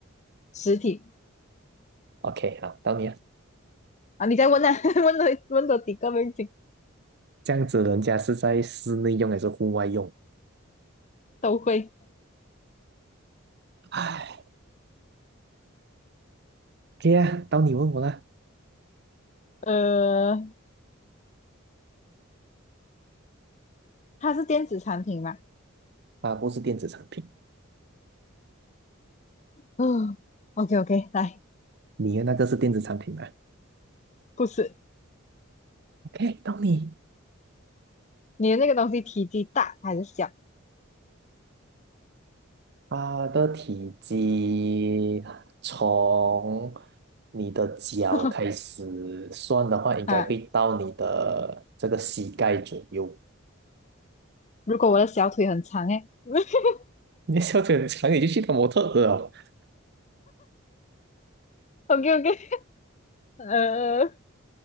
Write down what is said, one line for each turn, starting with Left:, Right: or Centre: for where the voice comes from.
Left: 实体
Right: ？OK，好，到你了。
Left: 啊，你再问啊，<laughs> 问多问多几个问题
Right: 这样子，人家是在室内用还是户外用？
Left: 都会。
Right: 哎，OK 啊，到你问我啦。
Left: 呃，它是电子产品嘛？
Right: 啊，不是电子产品，
Left: 嗯，OK OK，来，
Right: 你的那个是电子产品吗
Left: 不是，
Right: ？OK，到你。
Left: 你的那个东西体积大还是小？
Right: 它的体积啊从你的脚开始算的话，
Left: <laughs>
Right: 应该会到你的这个膝盖左右。
Left: 啊
Right: <laughs>
Left: 如果我的小腿很长哎 <laughs>
Right: 你的笑得很长，你就去当模特儿哦。
Left: ，OK OK，呃